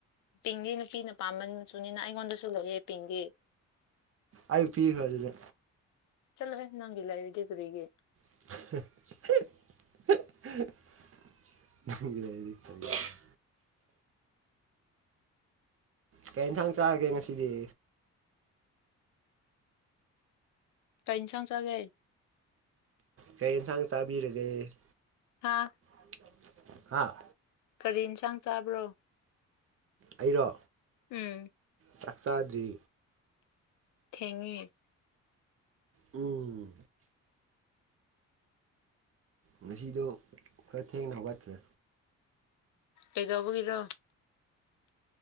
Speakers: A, on the left; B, on the right.
A: ꯄꯤꯡꯒꯤ ꯅꯨꯄꯤꯅ ꯄꯥꯝꯕ ꯃꯁꯨꯅꯤꯅ ꯑꯩꯉꯣꯟꯗꯁꯨ ꯂꯩꯌꯦ ꯄꯤꯡꯗꯤ
B: ꯑꯩꯌꯨ ꯄꯤꯈ꯭ꯔ ꯑꯗꯨꯅꯦ
A: ꯆꯠꯂ ꯅꯪꯂ ꯏꯗꯤꯗꯨꯔꯤꯒꯤ
B: <unintelligible> <unintelligible> <inaudible> ꯀꯔꯤ ꯏꯟꯊꯥꯡ ꯆꯥꯔꯒꯦ ꯉꯁꯤꯗꯤ
A: ꯀꯥꯏꯩꯅ ꯁꯪ ꯆꯒꯦ
B: ꯀꯩ ꯌꯦꯟꯁꯥꯡ ꯆꯥꯕꯤꯔꯒꯦ
A: ꯍꯥꯥ
B: <unintelligible> ꯍꯥꯥ
A: ꯀꯔꯤ ꯌꯦꯟꯁꯥꯡ ꯆꯥꯕ꯭ꯔꯣ
B: ꯑꯩꯔꯣ
A: ꯎꯝ
B: ꯆꯥꯛ ꯆꯥꯗ꯭ꯔꯤ
A: ꯊꯦꯡꯉꯦ
B: ꯎꯝ ꯉꯁꯤꯗꯣ ꯈꯔ ꯊꯦꯡꯅ ꯍꯧꯒꯠꯈ꯭ꯔꯦ
A: ꯀꯩꯗꯧꯕꯒꯤꯔꯣ